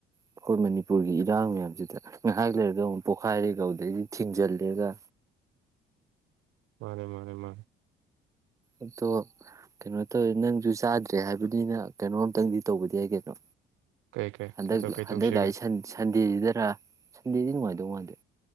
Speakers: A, on the right (about 15°); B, on the right (about 85°).
A: ꯑꯩꯈꯣꯏ ꯃꯅꯤꯄꯨꯔꯒꯤ ꯏꯔꯥꯡ ꯃꯌꯥꯝꯁꯤꯗ ꯉꯥꯏꯍꯥꯛ ꯂꯩꯔꯒ ꯑꯃꯨꯛ ꯄꯣꯛꯈꯥꯏꯔꯦꯒ ꯑꯗꯨꯗꯩꯗꯤ ꯊꯤꯡꯖꯤꯜꯂꯦꯒ
B: ꯃꯥꯅꯦ ꯃꯥꯅꯦ ꯃꯥꯅꯦ
A: ꯑꯗꯣ ꯀꯩꯅꯣ ꯇꯧꯋꯦ ꯅꯪꯁꯨ ꯆꯥꯗ꯭ꯔꯦ ꯍꯥꯏꯕꯅꯤꯅ ꯀꯩꯅꯣꯝꯇꯪꯗꯤ ꯇꯧꯕꯗꯤ ꯌꯥ ꯀꯩꯅꯣ
B: ꯀꯩ ꯀꯩ
A: ꯍꯪꯗꯛ
B: ꯀꯩꯗꯧ ꯀꯩꯗꯧꯁꯤꯒꯦ
A: ꯍꯪꯗꯛ ꯂꯥꯏꯁꯟ ꯁꯟ ꯁꯟꯗꯦꯁꯤꯗꯔ ꯁꯟꯗꯦꯗꯤ ꯅꯨꯡꯉꯥꯏꯗꯧ ꯃꯥꯗꯦ